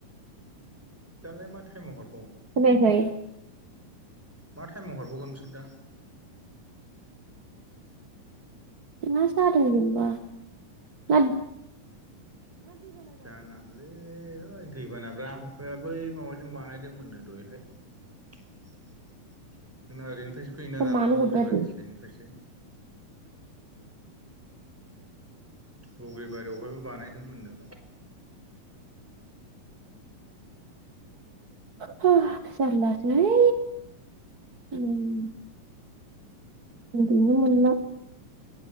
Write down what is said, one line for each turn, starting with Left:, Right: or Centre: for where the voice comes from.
Centre: दालाय मा थायमाव हर
Right: खोनायाखै?
Centre: माथायमाव हरबोगोन नोंसोर दा?
Right: मा जादों जेनबा मा
Centre: जानालि? ए दै बानाब्रा हफाया बै माबाजों बानायदोंमोननो दयहाय। जोंना ओरैनिफ्रायसो फैयोना दाना
Right: मानो
Centre: बग्रिबारि
Right: हरदों आदै
Centre: साइडनिफ्रायसो। बग्रिबारियावहायबो बानायदोंमोननो।
Right: ह जालालासोलै। उम। उनदुनो मोनला।